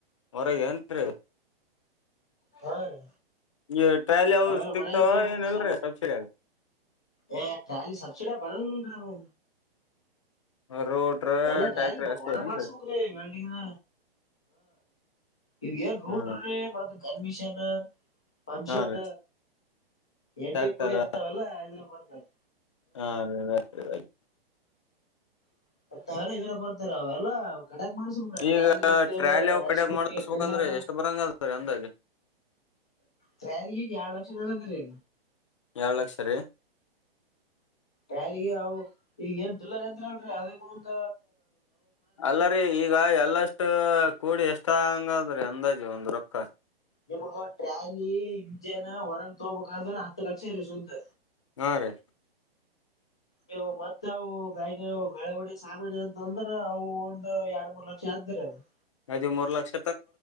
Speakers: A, on the left; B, in the centre.
A: ಒರಗ್ ಎನ್ರಿ.
B: ಹಾ ರೀ
A: <unintelligible>
B: ಅವೇಲ
A: ಸಿಗ್ತಾವ
B: ಒರಗ್ ಇಂದ್ ತೊಗಬೆಕ್ರಿ
A: ಏನ್ ಇಲ್ರಿ
B: ಸಾಮಿ
A: ಸಬ್ಸಿಡಿ
B: ಎ ಶಾಲಿ ಸಬ್ಸಿಡಿಯಾಗ್ ಬರ ಹೌ
A: ರೋಟ್ರ
B: ಎಲ್ಲ ಟ್ರಾಲಿ
A: ಟ್ಯಾಕ್ಟರ್ ಅಷ್ಟೇ
B: ವಾರಗ್
A: ಏನ್ರಿ
B: ಮಾಡ್ಸಬೇಕ್ರಿ ವೆಲ್ಡಿಂಗ. ಇವ್ ಏನ್ ರೂಟ್ರೀ
A: ಹ್ಮ
B: ಮತ್ತ ಜನ್ಮಿಷನ. ಪಂಶಟ
A: ಹಾ ರೀ
B: ಎಣ್ಣೆ
A: ಟ್ಯಾಕ್ಟರ್
B: ಪುಡಿ ಅಂತಾವೆಲ್ಲ ಇದ್ರ ಬರ್ತಾವೆ.
A: ಹಾ <unintelligible>
B: <unintelligible> ಇದ್ರ ಬರ್ತಿರ ಅವೆಲ್ಲಾ ಕಡಕ್ ಮಾಡಸ್ಬೇಕು
A: ಈಗ
B: ಟ್ರ್ಯಲಿ ಐತ
A: ಟ್ರ್ಯಾಲಿ ಅವ್
B: ಐಸ್ಕಂಟು
A: ಕಡಿಯಾಕ್ ಮಾಡಸ್ಬೇಕಂದ್ರೆ
B: ಟ್ರಿಲ್ಲರು.
A: ಎಷ್ಟ್ ಬರಂಗದ್ರೀ ಅಂದಾಜು
B: ಟ್ಯಾಲಿಗ್ ಎಳ್ ಲಕ್ಷ ಹೇಳಿದ್ರಿ.
A: ಎಳ್ ಲಕ್ಷ ರಿ
B: ಟ್ಯಾಲಿಗೆ ಅವು ಈಗ ಏನ್ ಟಿಲ್ಲರ್ ಅಂದ್ರ ಅಲ್ರರಿ ಅದಕ್ಕೂಂದ.
A: ಅಲ್ಲರಿ ಈಗ ಎಲ್ಲಷ್ಟ ಕೂಡಿ ಎಷ್ಟಂಗಾದ್ರಿ ಅಂದಾಜು ಒಂದ್ ರೊಕ್ಕ
B: ನಿಮ್ಗ ಟ್ರ್ಯಾಲಿ ಇಂಜೆನ್ ಹೊರಗ್ ತಗಬೇಕಂದ್ರ ಹತ್ತು ಲಕ್ಷ ಇರಿ ಸುದ್
A: ಹಾ ರೀ
B: ನೀವು ಮತ್ತೆ ಅವು ಮ್ಯಾಗ <unintelligible> ಹೊಡಿ ಸಾಮಾನ್ ಎನ ತಂದ್ರ ಅವು ಒಂದ್ ಎರಡ್ ಮೂರ್ ಲಕ್ಷ ಆತ ಅ <unintelligible>
A: ಇದೆ ಮೂರ್ ಲಕ್ಷ್ --